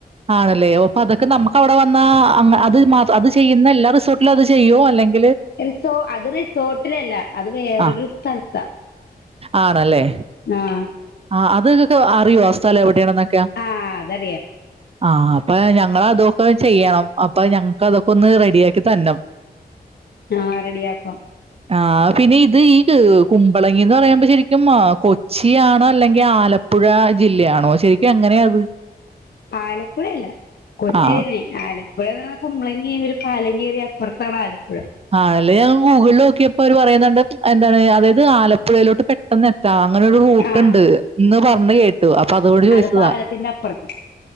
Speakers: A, on the right; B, on the left.
A: ആണല്ലേ അപ്പൊ നമക്ക് അവിടെ വന്നാ അ അത് മാ ചെയ്യുന്ന എല്ലാ റിസോർട്ടിലും അത് ചെയ്യൂ അല്ലെങ്കി
B: എൽസോ അത് റിസോർട്ടിലല്ല അത് വേറൊരു
A: ആഹ്.
B: സ്ഥലത്താ
A: ആണല്ലേ
B: ആഹ്
A: ആഹ് അത് ഇത് ഒക്കെ അറിയോ ആഹ് സ്ഥലം എവിടെയാണെന്നൊക്കെ
B: ആഹ് അതറിയാ
A: ആഹ് അപ്പൊ ഞങ്ങള് അതൊക്കെ ചെയ്യണം അപ്പൊ ഞങ്ങക്ക് അതൊക്കെ ഒന്ന് റെഡിയാ ആക്കിതരണം
B: ആഹ് റെഡിയാക്കാം
A: ആഹ് പിന്നെ ഇത് ഈ കുമ്പളങ്ങിന്ന് പറയുമ്പോ ശരിക്കും കൊച്ചിയാണോ അല്ലെങ്കി ആലപ്പുഴ ജില്ലയാണോ ശരിക്കും എങ്ങനെയ ഇത്
B: ആലപ്പുഴയല്ല കൊച്ചി
A: ആഹ്.
B: ന്നെ ആലപ്പുഴന്ന് പറ കുബളങ്ങിയം ഒരു പാലം കയറിയ അപ്പുറത്താ ആലപ്പുഴ
A: ആണല്ലേ ഞാൻ ഗൂഗിള്ൽ നോക്കിയപ്പോ അവര് പറയുന്നത് എന്താണ് അതായത് ആലപ്പുഴയിലോട്ട് പെട്ടെന്ന് ട്ടാ അങ്ങനെരു റൂട്ട്ണ്ട്
B: ആഹ്
A: എന്ന് പറഞ്ഞ് കേട്ടു അപ്പൊ അതോട് ചോയിച്ചതാ
B: അത് പാലത്തിന്റെ അപ്പുറത്ത്